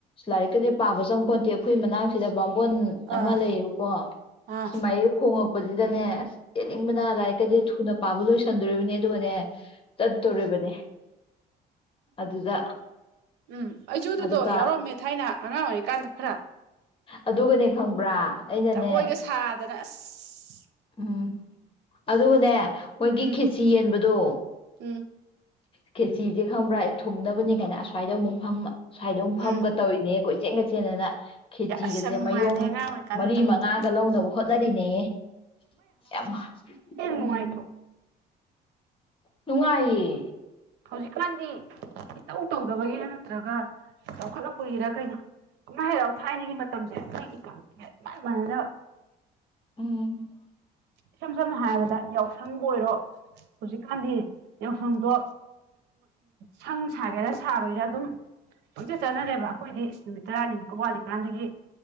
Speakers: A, on the left; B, on the right.
A: ꯂꯥꯏꯔꯤꯛ ꯀꯁꯦ ꯄꯥꯕ ꯆꯪ ꯄꯣꯟꯇꯦ ꯑꯩꯈꯣꯏ ꯃꯅꯥꯛꯁꯤꯗ ꯕꯥꯝꯃꯣꯟ
B: ꯑꯥ
A: ꯑꯃ ꯂꯩꯌꯦꯕꯀꯣ
B: ꯑꯥ
A: ꯁꯨꯃꯥꯏꯌꯨ ꯈꯣꯡꯉꯛ ꯄꯁꯤꯗꯅꯦ <unintelligible> ꯀꯦꯅꯤꯡꯕꯅꯥ ꯂꯥꯢꯔꯤꯛꯀꯥꯁꯦ ꯊꯨꯅ- ꯄꯥꯕꯥ ꯂꯣꯏꯁꯜ ꯗꯨꯔꯕꯥꯅꯦ ꯑꯗꯨꯒꯥꯅꯦ ꯆꯠ ꯇꯧꯔꯤꯕꯅꯦ ꯑꯗꯨꯗ
B: ꯎꯝ ꯑꯩꯖꯨꯑꯗꯨꯗꯣ
A: ꯑꯗꯨꯒ
B: ꯌꯥꯎꯔꯝꯃꯦ ꯊꯥꯏꯅ ꯑꯉꯥꯡ ꯑꯣꯏꯔꯤꯀꯥꯟꯗ ꯈꯔꯥ
A: ꯑꯗꯨꯒꯅꯦ ꯈꯪꯕ꯭ꯔꯥ ꯑꯩꯅꯅꯦ
B: ꯖꯒꯣꯏꯒ ꯁꯥꯗꯅ ꯑꯁ
A: ꯎꯝ ꯑꯗꯨꯒꯅꯦ ꯃꯣꯏꯒꯤ
B: ꯎꯝ
A: ꯈꯦꯠꯆꯤ ꯌꯦꯟꯕꯗꯣ
B: ꯎꯝ
A: ꯈꯦꯠ ꯊꯤꯁꯦ ꯈꯪꯕ꯭ꯔꯥ ꯊꯨꯡꯅꯕꯥꯅꯦ ꯀꯥꯏꯅ ꯑꯁ꯭ꯋꯥꯏꯗ ꯑꯃꯨꯛ ꯐꯝ ꯁ꯭ꯋꯥꯏꯗꯥ ꯃꯨꯛ
B: ꯎꯝ
A: ꯐꯝꯒ ꯇꯧꯔꯤꯅꯦ ꯀꯣꯏ ꯆꯦꯡꯒ ꯆꯦꯟꯗꯥꯅ ꯈꯦꯠꯆꯤꯒꯁꯦ
B: ꯑꯁ ꯌꯥꯝ ꯅꯨꯡꯉꯥꯏꯕꯅꯦ
A: ꯃꯌꯣꯝ
B: ꯑꯉꯥꯡ ꯑꯣꯏꯔꯤꯀꯥꯟ
A: ꯃꯔꯤ
B: ꯃꯇꯝꯒꯤꯗꯣ
A: ꯃꯉꯥꯒ ꯂꯧꯅꯕ ꯍꯣꯠꯅꯔꯤꯅꯦꯍꯦ ꯌꯥꯝ ꯎꯝ
B: ꯅꯨꯡꯉꯥꯏꯇ꯭ꯔꯣ
A: ꯅꯨꯡꯉꯥꯏꯌꯦ
B: ꯍꯧꯖꯤꯛꯀꯥꯟꯗꯤ ꯏꯇꯧ ꯇꯧꯗꯕꯒꯤꯔ ꯅꯠꯇ꯭ꯔꯒ ꯆꯥꯎꯈꯠꯂꯛꯄꯒꯤꯔ ꯀꯩꯅꯣ ꯀꯨꯝꯍꯩ ꯍꯔꯥꯎ ꯊꯥꯏꯅꯒꯤ ꯃꯇꯝꯁꯦ ꯑꯩꯈꯣꯏꯒꯤ ꯀꯥꯟ ꯁꯤꯒꯥ ꯢꯃꯥꯟ ꯃꯥꯟꯅꯗꯕ
A: ꯎꯝ
B: ꯏꯁꯝ ꯁꯝꯅ ꯍꯥꯏꯔꯕꯗ ꯌꯥꯎꯁꯪꯕꯨ ꯑꯣꯏꯔꯣ ꯍꯧꯖꯤꯛꯀꯥꯟꯗꯤ ꯌꯥꯎꯁꯪꯗꯣ ꯁꯪꯡ ꯁꯥꯒꯦꯔꯥ ꯁꯥꯔꯣꯏꯔꯥ ꯑꯗꯨꯝ ꯄꯪꯆꯠ ꯆꯠꯅꯔꯦꯕ ꯑꯩꯈꯣꯏꯗꯤ ꯢꯁ ꯅꯨꯃꯤꯠ ꯇꯔꯥꯅꯤꯃꯨꯛꯀꯥ ꯋꯥꯠꯂꯤꯀꯥꯟꯗꯒꯤ